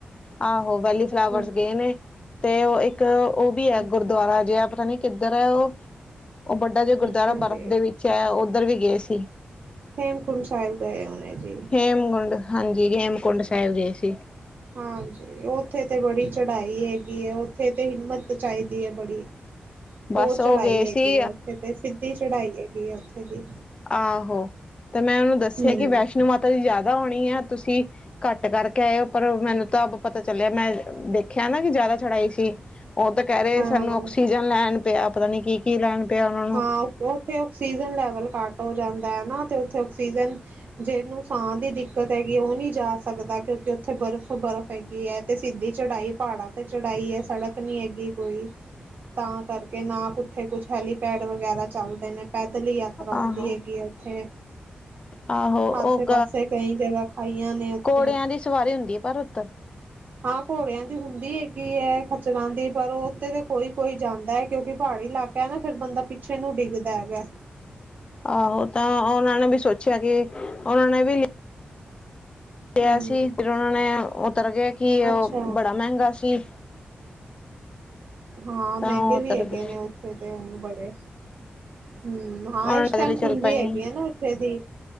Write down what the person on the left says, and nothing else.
ਆਹੋ ਵੈਲੀਫਲਾਵਰਸ
ਗਏ ਨੇ, ਤੇ ਉਹ ਇੱਕ ਉਹ
ਵੀ ਐ ਗੁਰਦੁਆਰਾ ਜੇ ਆ, ਪਤਾ ਨੀ ਕਿੱਧਰ ਐ, ਉਹ ਵੱਡਾ ਜੇ ਗੁਰਦੁਆਰਾ
ਬਰਫ਼
ਦੇ ਦੇ ਵਿੱਚ ਐ, ਉੱਧਰ ਵੀ ਗਏ ਸੀ।
ਹੇਮਕੁੰਡ ਹਾਂਜੀ ਹੇਮਕੁੰਡ ਸਾਹਿਬ ਗਏ ਸੀ।
ਬਸ
ਉਹ ਗਏ
ਸੀ
ਆਹੋ ਤੇ ਮੈਂ ਉਹਨੂੰ ਦੱਸਿਆ,
ਕਿ ਵੈਸ਼ਨੋ ਮਾਤਾ ਦੀ ਜ਼ਿਆਦਾ ਹੋਣੀ ਆ, ਤੁਸੀਂ ਘੱਟ ਕਰਕੇ ਆਏ ਉ, ਪਰ ਮੈਨੂੰ ਤਾਂ ਅਬ ਪਤਾ ਚੱਲਿਆ, ਮੈਂ ਦੇਖਿਆ ਨਾ ਕਿ ਜ਼ਿਆਦਾ ਛੜਾਈ ਸੀ। ਉਹ ਤਾਂ ਕਹਿ ਰਹੇ,
ਸਾਨੂੰ ਆਕਸੀਜਨ ਲੈਣ ਪਿਆ ਪਤਾ ਨੀ ਕੀ ਕੀ ਲੈਣ ਪਿਆ ਉਹਨਾਂ ਨੂੰ।
ਆਹੋ
ਆਹੋ
ਉਹ
ਘੋੜਿਆਂ ਦੀ ਸਵਾਰੀ ਹੁੰਦੀ ਹੈ ਪਰ ਉੱਧਰ
ਆਹੋ, ਤਾਂ ਉਹਨਾਂ ਨੇ ਵੀ ਸੋਚਿਆ ਕਿ ਉਹਨਾਂ ਨੇ ਵੀ ਲ
ਆ ਸੀ, ਫਿਰ ਉਹਨਾਂ ਨੇ ਉਤਰ ਕੇ ਕਿ ਉਹ
ਬੜਾ ਮਹਿੰਗਾ ਸੀ।
ਤਾਂ
ਉਹ ਉਤਰ
ਗਏ
ਉਹਨਾਂ
ਨੇ ਪੈਦਲ
ਹੀ ਚੱਲ
ਪਏ